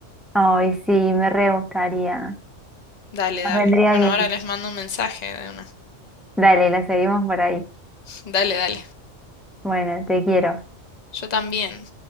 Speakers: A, in the centre; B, on the left.
A: Ay, sí, me re gustaría.
B: Dale,
A: Nos
B: dale.
A: vendría
B: Bueno,
A: bien.
B: ahora les mando un mensaje de una.
A: Dale, la seguimos por ahí.
B: Dale, dale.
A: Bueno, te quiero.
B: Yo también.